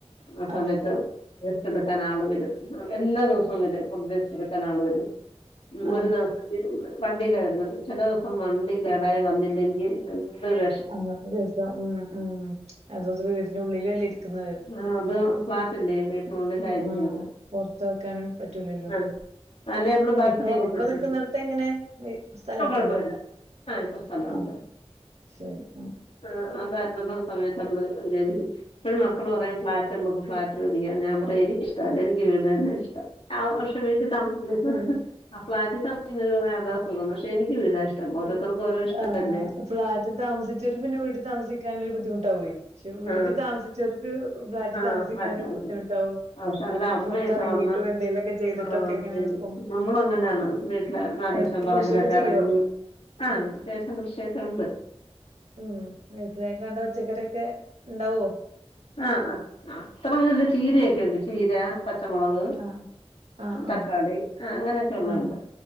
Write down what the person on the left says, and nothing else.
ആഹ് സമയത്ത്
വേസ്റ്റ് എടുക്കാൻ ആൾ വരും എല്ലാ ദിവസവും വരും ഫുഡ് വേസ്റ്റ് എടുക്കാൻ ആൾ വരും ഉം
ഒരു ദിവസത്തെ വണ്ടിയിലായിരുന്നു ചില ദിവസം വണ്ടി കേടായി വന്നില്ലെങ്കിൽ എന്തൊരു
ആഹ് അത് ഫ്ലാറ്റല്ലേ വീട്ടിനുള്ളിലായിരിക്കും
ആഹ് അല്ല നമ്മള് ബാൽക്കണിയിൽ
കൊണ്ട്
കൊടുത്ത
മതി
അപ്പൊ കുഴപ്പമില്ല
ആഹ് ഇപ്പോ സ്ഥലമുണ്ട്
ആഹ് അതായിരുന്ന സമയത്ത് നമ്മള് ഇപ്പോഴും മക്കള് പറയും ഫ്ളാറ്റ് നമ്മുക്ക് ഫ്ളാറ്റ് ഫ്ലാറ്റ് മേടിക്ക്യ ഞാൻ പറയും എനിക്ക് ഇഷ്ടല്ല എനിക്ക് വീട് തന്നെ ഇഷ്ടം ആഹ് സമയത്ത്താമസിക്കുന്നത്
ആഹ് ഫ്ലാറ്റ് താമസിക്കുന്നതിന് ന്നു പക്ഷെ എനിക്ക് വീടാ ഇഷ്ടം ഓരോരുത്തർക്ക് ഓരോ ഇഷ്ടമല്ലേ
ആ
ആ ആ
ഫ്ലാറ്റിൽ താമസിക്കാൻ
പക്ഷേ അങ്ങനെ
അമ്മയൊക്കെ
വന്ന്
<unintelligible>
നമ്മളങ്ങനെയാണ് വീട്ടിലെ ന <unintelligible>
പറമ്പിലൊക്കെ
എറങ്ങി ആഹ് അത്യാവശ്യം കൃഷിയൊക്കെ ഉണ്ട്
ആഹ് അത്ര നല്ല ചീരൊക്കെയുണ്ട് ചീര പച്ചമുളക്
തക്കാളി ആഹ് അങ്ങനൊക്കെ ഉള്ള
ഉണ്ട്